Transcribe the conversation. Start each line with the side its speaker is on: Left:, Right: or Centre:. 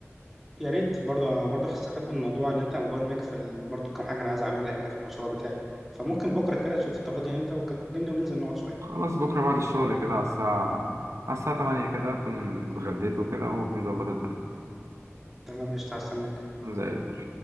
Centre: يا ريت برضو انا برضو هستفاد من الموضوع ان انت مبرمج في ال- برضو كم حاجة انا عايز اعملها كده في المشروع بتاعي فممكن بكرة كده تشوف انت فاضي امتى وكلمني وننزل نقعد شوية
Right: خلاص بكرة بعد الشغل كده على الساعة على الساعة تمانية كده أكون اتغديت وكده ونظبط الدنيا
Centre: تمام قشطة هستناك
Right: زي الفل